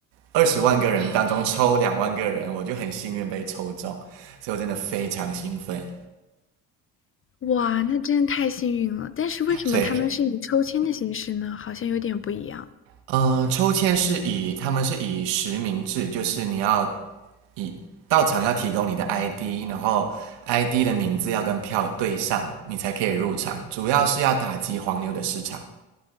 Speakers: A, on the right; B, on the left.
A: 二十万个人当中抽两万个人，我就很幸运被抽中，所以我真的非常兴奋。
B: 哇，那真的太幸运了。但是为什么他们是以抽签的形式呢？
A: 对，
B: 好像有点不一样。
A: 嗯、呃抽签是以他们是以实名制，就是你要以到场要提供你的 ID，然后 ID 的名字要跟票对上，你才可以入场。主要是要打击黄牛的市场，